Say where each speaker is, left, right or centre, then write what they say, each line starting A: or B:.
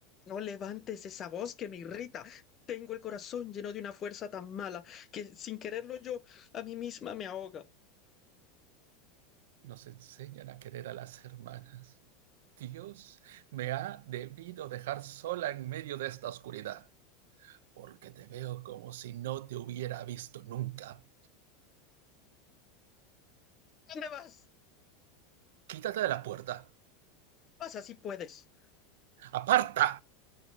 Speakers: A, on the left; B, on the right.
A: No levantes esa voz que me irrita. Tengo el corazón lleno de una fuerza tan mala que sin quererlo yo a mí misma me ahoga.
B: nos enseñan a querer a las hermanas. Dios me ha debido dejar sola en medio de esta oscuridad, porque te veo como si no te hubiera visto nunca.
A: ¿Dónde vas?
B: Quítate de la puerta.
A: Pasa si puedes.
B: ¡Aparta!